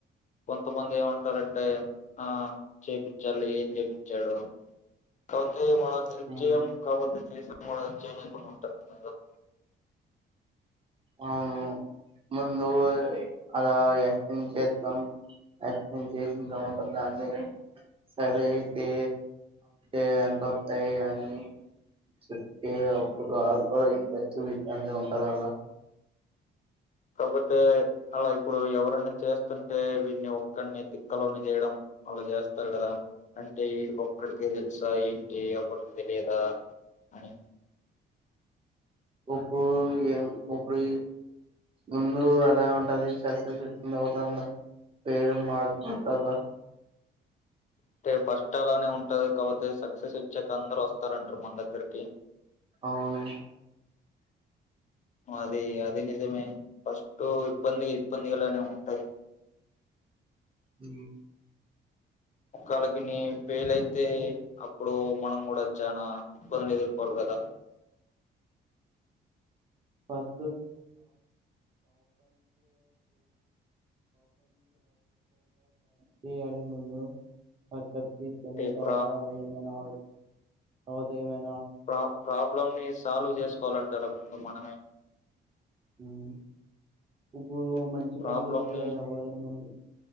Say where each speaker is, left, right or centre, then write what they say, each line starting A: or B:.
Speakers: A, on the left (about 40°); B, on the right (about 30°).
A: కొంతమంది ఏమంటారంటే ఆ చెప్పిచాడ్ లే ఏం చెప్పించాడు కాపో తే మనం హెల్ప్
B: ఉమ్,
A: చేయము కాపోతే చేసాము కూడ చేయలేకుంటారు ఉంటరు కొం
B: అవును ముందు అలా ఎస్ం చేత్నం చేసిన తర్వాత దాన్ని సరే అయితే అే ఎంత వస్తాయి అని చె అే అప్పుడు ఆ తర ఇంతా చూంతం పదబా
A: కాకపోతే అలా ఇప్పుడు ఎవరైనా చేస్తుంటే వీన్ని ఒక్కడిని దిక్కలోని చేయడం వాళ్ళు చేస్తారు కదా అంటే వీడికి ఒక్కడికి తెలుసా ఏంటి ఎవరికి తెలియదా అని
B: ఇప్పుడు గ ఇప్పుడు ముందు అలా ఉంటది చెస వచ్చిన తర్వాత పేరు మచపోతుంద
A: అంటే ఫస్ట్ అలానే ఉంటది కాబపోతే సక్సెస్ వచ్చాక అందరు వస్తారంటారు మన దగ్గరకి
B: అవును
A: అది అది నిజమే ఫస్ట్ ఇబ్బంది ఇబ్బందిలునే ఉంటాయి
B: అ
A: కాల దని ఫెయిల్ అయితే
B: ఫస్ట్
A: అప్పుడు మనం కూడా వచ్చానాలు ఎదుర్కోవాలి కదా
B: ార్ చేయాలి ముందు స త
A: అంటే
B: కాత
A: ప్రా
B: ఏ మనా అవుద ఏమే
A: ప్రా ప్రాబ్లమ్నిస్ సాల్వ్ చేసుకోవాలంటారా ముందు మనమే
B: అ <inaudible> ఇప్పుడు మంచి
A: ప్రాబ్లమ్
B: పని చేస్తే
A: ని
B: ఎవ్వడం ముందు